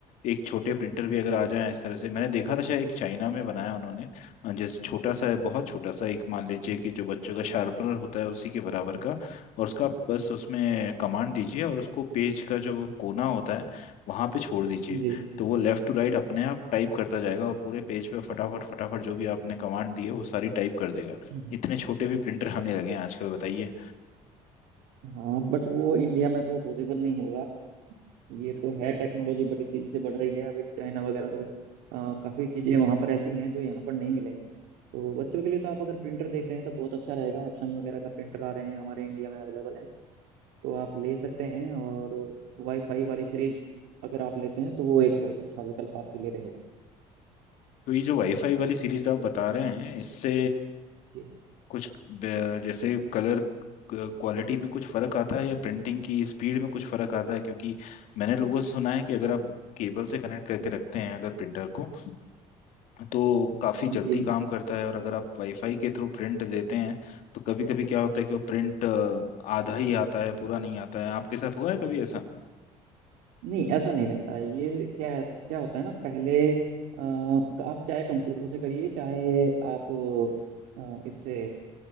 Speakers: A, on the left (about 65°); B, on the right (about 85°).
A: एक छोटे प्रिंटर भी अगर आ जाए इस तरह से मैंने देखा था शायद एक चाइना में बनाया उन्होंने अ, जैसे छोटा सा है बहुत छोटा सा एक मान लीजिए कि जो बच्चों का शार्पनर होता है उसी के बराबर का और उसका आप बस उसमें कमांड दीजिए और उसको पेज का जो कोना होता है वहाँ पे छोड़ दीजिए
B: जी
A: तो वो लेफ्ट टू राइट अपने आप टाइप करता जाएगा और पूरे पेज पे फटाफट फटाफट जो भी आपने कमांड दी है वो सारी टाइप कर देगा
B: हम्म।
A: इतने छोटे भी प्रिंटर आने लगे हैं आजकल बताइए
B: हाँ बट वो इंडिया में तो पॉसिबल नहीं होगा ये तो है टेक्नोलॉजी बड़ी तेजी से बढ़ रही है अभी चाइना वगैरह तो अ, काफी चीजें वहाँ पर ऐसी हैं जो यहाँ पर नहीं मिलेंगी तो बच्चों के लिए तो आप अगर प्रिंटर देख रहे हैं तो बहुत अच्छा रहेगा एप्सन वगैरह का प्रिंटर आ रहे हैं हमारे इंडिया में अवेलेबल हैं तो आप ले सकते हैं और वाईफाई वाली सीरीज अगर आप लेते हैं तो वो एक बहुत अच्छा विकल्प आपके लिए रहेगा
A: तो ये जो वाईफाई वाली सीरीज आप बता रहे हैं इससे
B: जी
A: कुछ ब- जैसे कलर क्वालिटी में कुछ फर्क आता है या प्रिंटिंग की स्पीड में कुछ फर्क आता है क्योंकि मैंने लोगों से सुना है कि अगर आप केबल से कनेक्ट करके रखते हैं अगर प्रिंटर को तो काफ़ी जल्दी
B: जी
A: काम करता है और अगर आप वाईफाई के थ्रू प्रिंट देते हैं तो कभी कभी क्या होता है कि वो प्रिंट आधा ही आता है पूरा नहीं आता है आपके साथ हुआ है कभी ऐसा
B: नहीं ऐसा नहीं रहता है ये क्या है क्या होता है ना पहले अ, आप चाहे कंप्यूटर से करिए चाहे आप अ, इससे